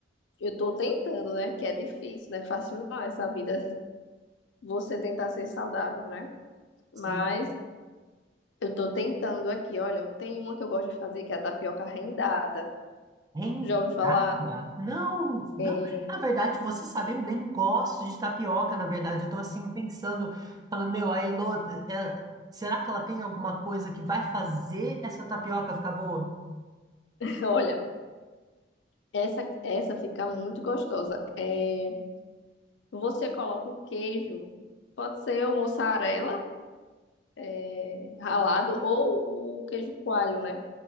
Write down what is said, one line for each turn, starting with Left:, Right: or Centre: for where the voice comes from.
Left: eu tô tentando, né? Que é difícil, não é fácil não, essa vida, você tentar ser saudável, né?
Right: Sim.
Left: Mas eu tô tentando aqui. Olha, eu tenho uma que eu gosto de fazer, que é a tapioca rendada.
Right: Rendada?
Left: Já ouviu falar?
Right: Não, não.
Left: É...
Right: Na verdade, você sabe, eu nem gosto de tapioca, na verdade. Eu tô assim pensando, falando, meu, a Elô, é- será que ela tem alguma coisa que vai fazer essa tapioca ficar boa?
Left: <laughs> Olha, essa, essa fica muito gostosa. É... Você coloca o queijo, pode ser o mussarela, é... ralado, ou o queijo coalho, né?